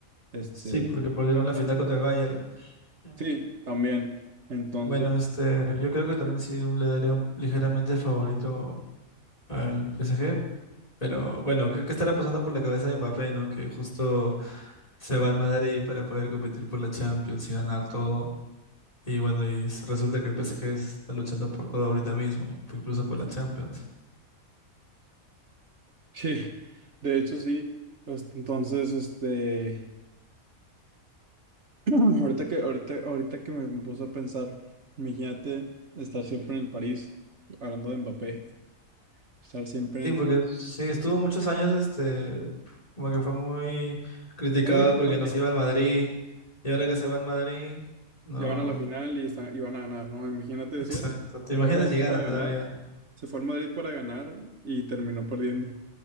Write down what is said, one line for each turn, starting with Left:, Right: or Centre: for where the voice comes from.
Right: este,
Left: Sí, porque perdieron la final contra el Bayern. Ya.
Right: sí, también. Entonces,
Left: Bueno, este, yo creo que también sí le daría un ligeramente favorito al PSG, Pero bueno, ¿qué, qué estará pasando por la cabeza de Mbappé, ¿no? Que justo se va al Madrid para poder competir por la Champions y ganar todo. Y bueno, y s- resulta que el PSG está luchando por todo ahorita mismo, eh, incluso por la Champions.
Right: <laughs> sí, de hecho sí. Pues, entonces, este, <clears throat> ahorita que, ahorita, ahorita que me, me puse a pensar, imagínate estar siempre en el París, hablando de Mbappé, estar siempre
Left: Sí,
Right: en
Left: porque
Right: el
Left: sí, estuvo muchos años, este, como que fue muy criticado
Right: es muy importante.
Left: porque no se iba al Madrid. Y ahora que se va al Madrid, no,
Right: Ya van a la final y están, y van a ganar, ¿no? Imagínate
Left: exacto.
Right: eso.
Left: ¿Te
Right: Se
Left: imaginas
Right: fue al Madrid
Left: si gana
Right: para
Left: todavía?
Right: ganar, se fue al Madrid para ganar y terminó perdiendo.